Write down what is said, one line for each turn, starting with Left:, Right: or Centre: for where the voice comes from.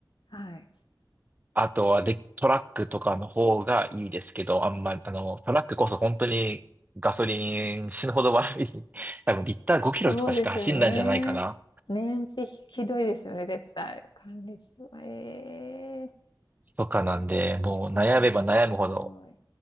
Left: はい。
Right: あとはで、トラックとかの方がいいですけど、あんま、あの、トラックこそ本当にガソリン死ぬほど悪い。多分リッター5キロとかしか走んないんじゃないかな。
Left: そうですよね。燃費ひどいですよね、絶対。管理室は。ええ
Right: とかなんで、
Left: ーうーん、
Right: もう悩めば悩むほど
Left: すごい。